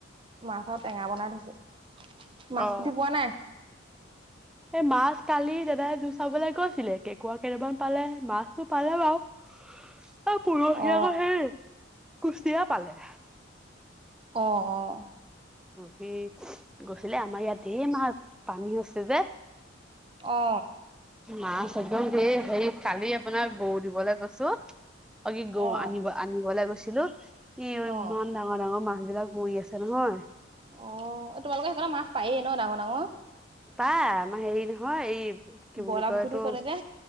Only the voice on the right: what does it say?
মাছ আৰু টেঙা বনাই থৈছো মাছ
পুতি পোৱা নাই।
অ
অ অ।
অ
অ
অ
অ তোমালোকৰ সেইখনত মাছ পায়েই ন ডাঙৰ ডাঙৰ।
বইলাৰ
পুখুৰীটোৰ
ওচৰতে যে